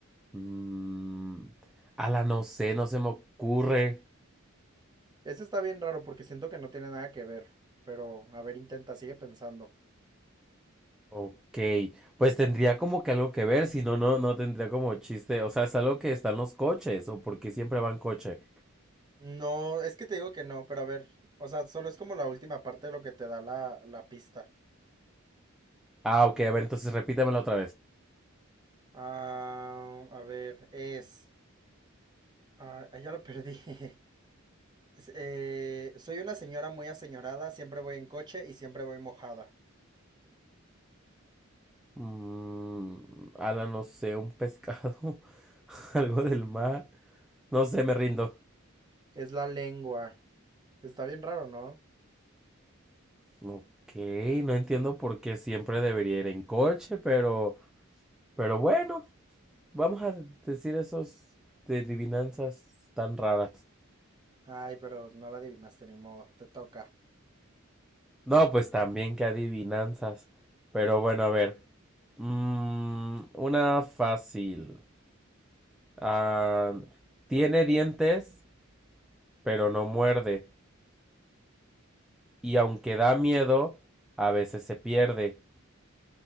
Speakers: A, in the centre; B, on the right.
A: Mm, a la no sé, no se me ocurre.
B: Este está bien raro porque siento que no tiene nada que ver. Pero, a ver, intenta, sigue pensando.
A: Ok, pues tendría como que algo que ver, si no, no, no tendría como chiste. O sea, es algo que está en los coches, o porque siempre va en coche.
B: No, es que te digo que no, pero a ver. O sea, solo es como la última parte de lo que te da la, la pista.
A: Ah, ok, a ver, entonces repítamelo otra vez.
B: Ah, a ver, es... Ah, ah, ya lo perdí. <laughs> S- eh, soy una señora muy aseñorada, siempre voy en coche y siempre voy mojada.
A: Mm, a la no sé, un pescado, <laughs> algo del mar. No sé, me rindo.
B: Es la lengua. Está bien raro, ¿no?
A: Ok, no entiendo por qué siempre debería ir en coche, pero, pero bueno, vamos a decir esos de adivinanzas tan raras.
B: Ay, pero no la adivinaste ni modo, te toca.
A: No, pues también que adivinanzas. Pero bueno, a ver. Mm, una fácil. Ah, tiene dientes, pero no muerde. Y aunque da miedo, a veces se pierde.